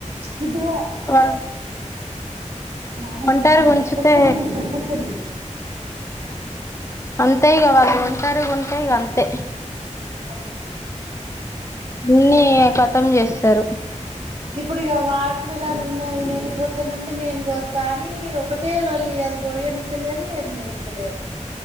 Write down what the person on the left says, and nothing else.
వాళ్ళు
ఒంటరిగా ఉంచుతే
అంత ఇగా
వాళ్లు
ఒంటారిగా
ఉంటా
ఇగ అంతే
న్నీ క తం చేస్తారు